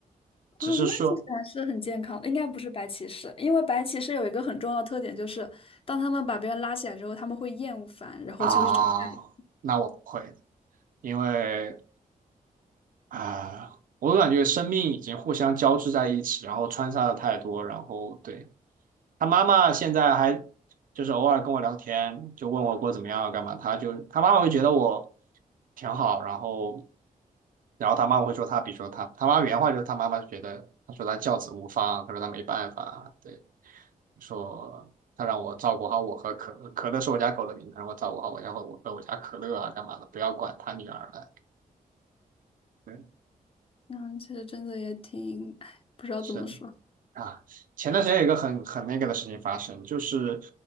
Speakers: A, on the right; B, on the left.
A: 只是说。
B: 哦，那其实还是很健康的，应该不是白骑士，因为白骑士有一个很重要的特点，就是当他们把别人拉起来之后，他们会厌恶烦，然后就会找事
A: 啊，那我不会的，因为啊、我感觉生命已经互相交织在一起，然后穿插的太多，然后对，他妈妈现在还就是偶尔跟我聊天，就问我过怎么样啊干嘛，他就他妈妈会觉得我挺好，然后然后他妈妈会说他，比如说他，他妈原话就是他妈妈就觉得，他说他教子无方，他说他没办法，对。说他让我照顾好我和可乐可乐是我家狗的名字，让我照顾好我家和我和我家可乐啊，干嘛的，不要管他女儿了。对，
B: 嗯，其实真的也挺，唉，不知道怎么说，
A: 是的啊。前段时间有一个很很那个的事情发生，就是